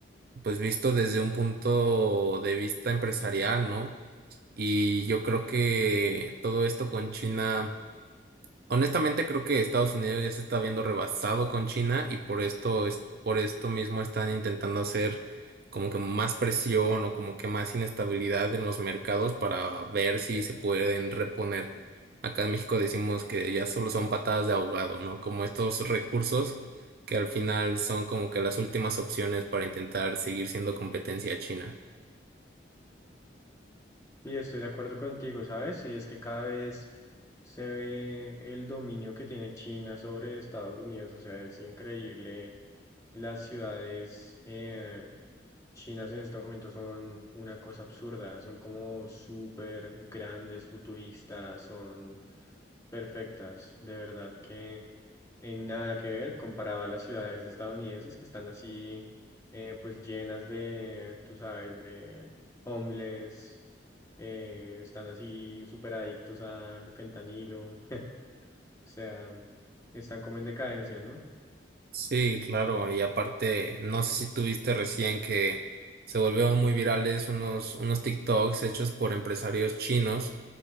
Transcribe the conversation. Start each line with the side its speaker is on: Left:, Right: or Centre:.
Right: pues visto desde un punto de vista empresarial, ¿no? Y yo creo que todo esto con China. Honestamente, creo que Estados Unidos ya se está viendo rebasado con China y por esto es, por esto mismo están intentando hacer como que más presión o como que más inestabilidad en los mercados para ver si se pueden reponer. Acá en México decimos que ya solo son patadas de ahogado, ¿no? Como estos recursos que al final son como que las últimas opciones para intentar seguir siendo competencia a China.
Left: Sí, estoy de acuerdo contigo, ¿sabes? Y es que cada vez se ve el dominio que tiene China sobre Estados Unidos, o sea, es increíble. Las ciudades eh, chinas en este momento son una cosa absurda, son como súper grandes, futuristas, son perfectas, de verdad que en nada que ver comparado a las ciudades estadounidenses que están así, eh, pues llenas de, tú sabes, de homeless eh, están así súper adictos al fentanilo, <laughs> o sea, están como en decadencia, ¿no?
Right: Sí, claro, y aparte, no sé si tuviste recién que se volvieron muy virales unos, unos TikToks hechos por empresarios chinos,